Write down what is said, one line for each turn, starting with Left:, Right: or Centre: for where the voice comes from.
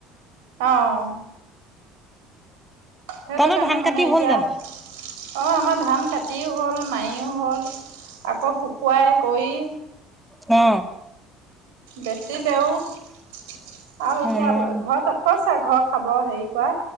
Right: আহ সেইটো
Centre: তহঁতৰ
Right: কাৰণে
Centre: ধান
Right: মানে
Centre: কাটি
Right: এতিয়া
Centre: হ'ল জানো
Right: অ আমাৰ ধান কাটিও হ'ল মাই হ'ল শুকুৱাই কৰি
Centre: হঁ
Right: বেছি লেও আৰু এতিয়া
Centre: উম
Right: ঘৰত ত ফচ া ঘৰ খাব হেৰি কৰা